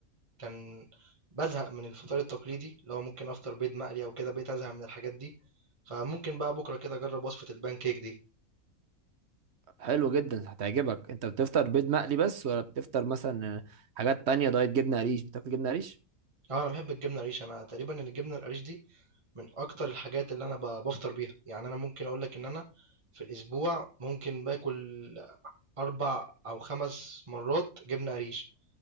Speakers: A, on the right (about 20°); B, on the right (about 55°).
A: كان بزهق من الفطار التقليدي اللي هو ممكن افطر بيض مقلي او كده بقيت ازهق من الحاجات دي فممكن بقى بكره كده اجرب وصفه البان كيك دي
B: حلو جدا هتعجبك انت بتفطر بيض مقلي بس ولا بتفطر مثلا حاجات تانية دايت جبنة قريش بتاكل جبنة قريش
A: اه انا بحب الجبنه القريش انا تقريبا الجبنه القريش دي من اكتر الحاجات اللي انا ب- بفطر بيها يعني انا ممكن اقول لك ان انا في الاسبوع ممكن باكل اربع او خمس مرات جبنه قريش